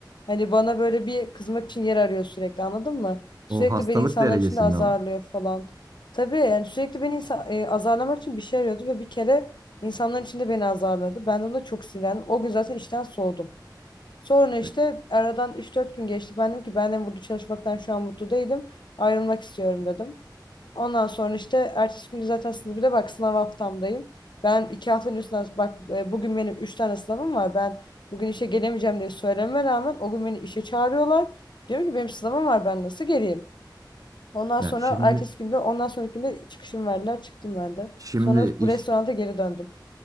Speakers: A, on the left; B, on the right.
A: Hani bana böyle bir kızmak için yer arıyor sürekli anladın mı? Sürekli
B: O hastalık
A: beni insanların
B: derecesinde
A: içinde azarlıyor
B: ama.
A: falan. Tabii yani sürekli beni insan, e, azarlamak için bir şey arıyordu ve bir kere İnsanların içinde beni azarladı. Ben de ona çok sinirlendim. O gün zaten işten soğudum. Sonra işte
B: E,
A: aradan üç dört gün geçti. Ben dedim ki ben de burada çalışmaktan şu an mutlu değilim. Ayrılmak istiyorum dedim. Ondan sonra işte ertesi günü zaten sınıf bir de bak sınav haftamdayım. Ben iki haftanın üstünden bak e, bugün benim üç tane sınavım var. Ben bugün işe gelemeyeceğim diye söylememe rağmen o gün beni işe çağırıyorlar. Diyorum ki benim sınavım var ben nasıl geleyim? Ondan
B: Ya
A: sonra
B: şimdi
A: ertesi günde ondan sonraki günde çıkışım verdiler çıktım ben de.
B: Şimdi
A: Sonra
B: iş
A: bu restoranda geri döndüm.